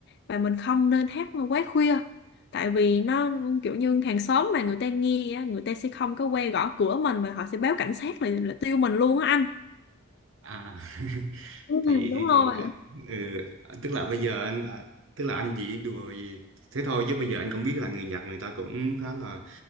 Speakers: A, on the left; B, on the right.
A: và mình không nên hát quá khuya tại vì nó kiểu như hàng xóm mà người ta nghe á, người ta sẽ không có quay gõ cửa mình mà họ sẽ báo cảnh sát là, là tiêu mình luôn á anh
B: à <laughs>
A: Ừ,
B: thì
A: đúng
B: thì,
A: rồi.
B: thì à, ừ, tức là bây giờ anh à, tức là anh chỉ đùa gì thế thôi chứ bây giờ anh cũng biết là người Nhật người ta cũng khá là